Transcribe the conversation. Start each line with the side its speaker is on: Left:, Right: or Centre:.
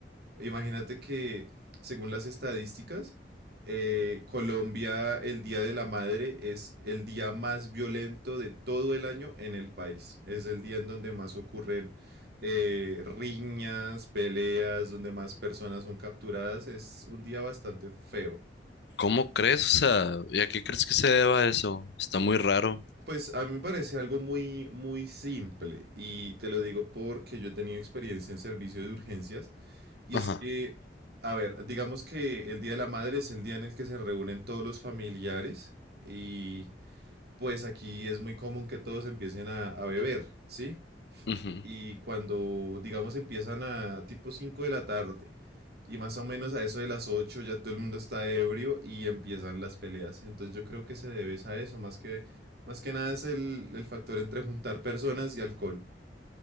Right: Imagínate que, según las estadísticas, eh, Colombia, el Día de la Madre es el día más violento de todo el año en el país. Es el día en donde más ocurren eh, riñas, peleas, donde más personas son capturadas. Es un día bastante feo.
Left: ¿Cómo crees? O sea, ¿y a qué crees que se deba eso? Está muy raro.
Right: Pues a mí me parece algo muy, muy simple y te lo digo porque yo he tenido experiencia en servicio de urgencias y
Left: Ajá.
Right: es que, a ver, digamos que el Día de la Madre es el día en el que se reúnen todos los familiares y pues aquí es muy común que todos empiecen a, a beber, ¿sí?
Left: ujú.
Right: Y cuando, digamos, empiezan a tipo 5 de la tarde. Y más o menos a eso de las 8 ya todo el mundo está ebrio y empiezan las peleas. Entonces yo creo que se debe es a eso, más que, más que nada es el, el factor entre juntar personas y alcohol.